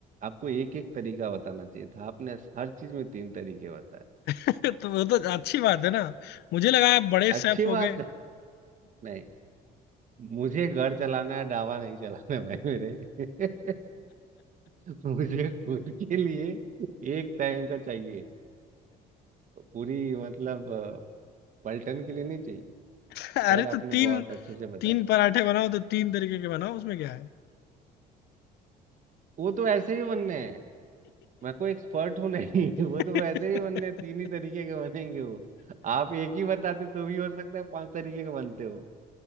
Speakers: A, on the right; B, on the left.
A: आपको एक एक तरीका बताना चाहिए था आपने हर चीज में तीन तरीके बताए
B: तो वो तो अच्छी बात है ना मुझे लगा आप बड़े
A: अच्छी
B: शेफ हो
A: बात
B: गए
A: है नहीं मुझे घर चलाना है ढाबा नहीं चलाना है भाई मेरे <laughs> मुझे खुद के लिए एक टाइम का चाहिए तो पूरी मतलब अ, पलटन के लिए नहीं चाहिए
B: <laughs> अरे
A: खैर आपने
B: तो तीन
A: बहुत अच्छे से बताया
B: तीन पराठे बनाओ तो तीन तरीके के बनाओ उसमें क्या है
A: वो तो ऐसे ही बनने हैं मैं कोई एक्सपर्ट हूँ नहीं <laughs> वो
B: <laughs>
A: तो वैसे ही बनने हैं, तीन ही तरीके के बनेंगे वो आप एक ही बताते तो भी हो सकता है पांच तरीके के बनते हो